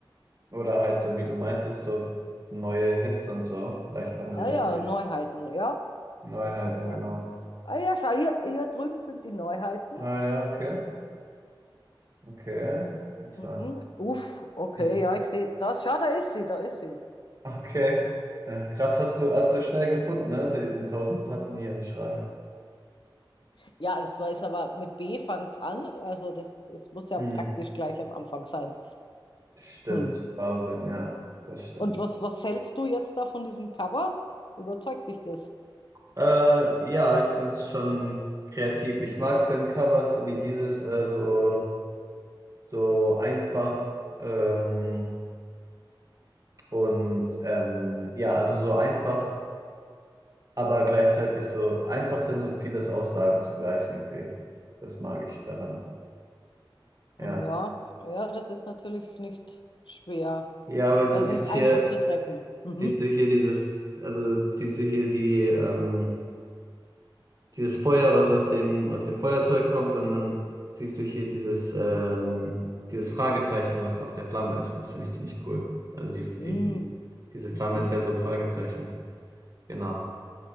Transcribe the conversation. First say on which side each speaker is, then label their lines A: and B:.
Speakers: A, on the right (about 40°); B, on the left (about 65°).
A: Oder halt so, wie du meintest, so neue Hits und so. Vielleicht haben
B: Ah
A: die das
B: ja,
A: hier.
B: Neuheiten, ja.
A: Neuheiten,
B: Äh,
A: genau.
B: Ah ja, schau, hier, hier drüben sind die Neuheiten.
A: Ah ja, okay. Okay.
B: Mhm.
A: So.
B: Uff, okay,
A: Yes.
B: ja, ich sehe. Das, schau, da ist sie, da ist sie.
A: Okay. Ja, krass, hast du, hast du schnell gefunden, ne? Unter diesen tausend Platten hier im Schrank.
B: Ja, das war ist aber mit B fängt's an. Also das, es muss ja
A: Hm.
B: praktisch gleich am Anfang sein.
A: Stimmt,
B: Hm.
A: Balvin,
B: ja.
A: ja, das stimmt.
B: Und was, was hältst du jetzt da von diesem Cover? Überzeugt dich das?
A: Äh, ja, ich finde es schon kreativ. Ich mag es, wenn Covers so wie dieses äh, so, so einfach ähm, und ähm, ja, also so einfach aber gleichzeitig so einfach sind und vieles aussagen zugleich irgendwie. Das mag ich daran. Ja.
B: Hm, Ja, ja, das ist natürlich nicht schwer.
A: Ja, weil
B: Das
A: du siehst
B: ist nicht
A: hier,
B: einfach zu treffen. Mhm.
A: siehst du hier dieses, also siehst du hier die, ähm, dieses Feuer, was aus dem, aus dem Feuerzeug kommt und dann siehst du hier dieses, ähm, dieses Fragezeichen, was auf der Flamme ist. Das finde ich ziemlich cool. Also die,
B: Mhm.
A: die, diese
B: Mhm.
A: Flamme ist ja so ein Fragezeichen. Genau.